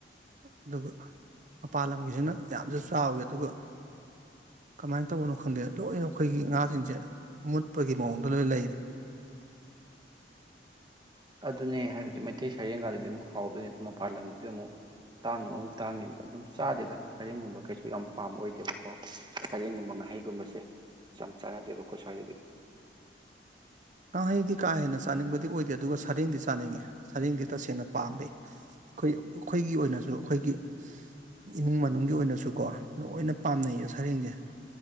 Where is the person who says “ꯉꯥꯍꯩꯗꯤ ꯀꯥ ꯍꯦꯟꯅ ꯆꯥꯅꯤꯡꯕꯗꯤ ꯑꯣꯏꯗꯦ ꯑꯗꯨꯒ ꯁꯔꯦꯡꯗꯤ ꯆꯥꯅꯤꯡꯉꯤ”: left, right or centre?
Right